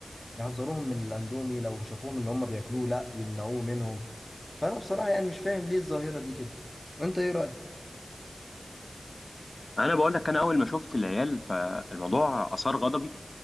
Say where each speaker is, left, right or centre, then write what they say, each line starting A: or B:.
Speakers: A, on the left (about 35°); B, on the left (about 65°).
A: يحذروهم من الأندومي لو شافوهم إن هم بياكلوه لأ يمنعوه منهم فأنا بصراحة يعني مش فاهم ليه الظاهرة دي كده أنت إيه رأيك؟
B: أنا بقول لك أنا أول ما شفت العيال فالموضوع أثار غضبي